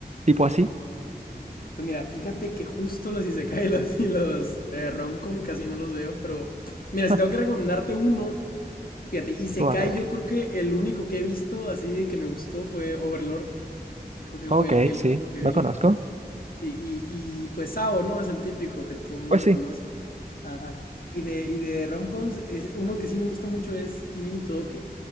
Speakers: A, on the right; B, on the left.
A: tipo así?
B: Pues mira, fíjate que justo los isekai <laughs> y los, y los eh, romcom casi no los veo, pero
A: <laughs>
B: mira, si tengo que recomendarte uno, fíjate, isekai
A: ¿Cuál? A ver.
B: yo creo que el único que he visto así que me gustó fue Overlord. Creo que
A: Ok,
B: fue el, el
A: sí,
B: único que
A: lo
B: vi.
A: conozco.
B: Sí, y, y pues Sao, ¿no? Es el típico que todo el mundo
A: Pues sí.
B: conoce. Ajá. Y de, y de romcoms, es- uno que sí me gusta mucho es Kimi ni Todoke.